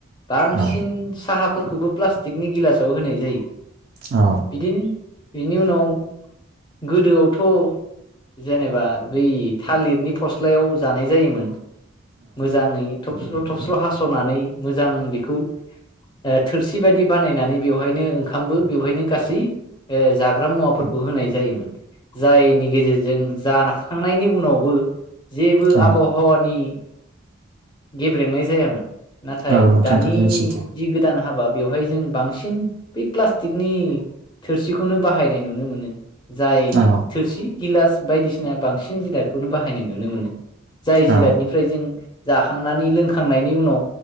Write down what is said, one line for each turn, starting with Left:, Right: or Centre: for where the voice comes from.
Left: बांसिन
Right: औ
Left: साहाफोरखौबो प्लास्टिकनि गिलासाव होनाय जायो
Right: औ
Left: बिदिनो बेनि उनाव गोदोआवथ जेनेबा बै थालिरनि फस्लायाव जानाय जायोमोन मोजाङै थबस्र थबस्र हासनानै मोजां बेखौ ओ थोरसि बायदि बानायनानै बेवहायनो ओंखामबो बेवहायनो गासै ओ जाग्रा मुवाफोरखौ होनाय जायोमोन जायनि गेजेरजों जाखांनायनि उनावबो जेबो
Right: औ
Left: आबहावानि गेब्रेंनाय जायामोन नाथाय
Right: औ नोंथां
Left: दानि
Right: थारैनो सैथो
Left: जि गोदान हाबा बेवहाय जों बांसिन बै प्लास्टिकनि थोरसिखौनो बाहायनाय नुनो मोनो जाय
Right: औ
Left: थोरसि गिलास बायदिसिना बांसिन जिरादखौनो बाहायनाय नुनो मोनो जाय जिरादनिफ्राय
Right: औ
Left: जों जाखांनानै लोंखांनायनि उनाव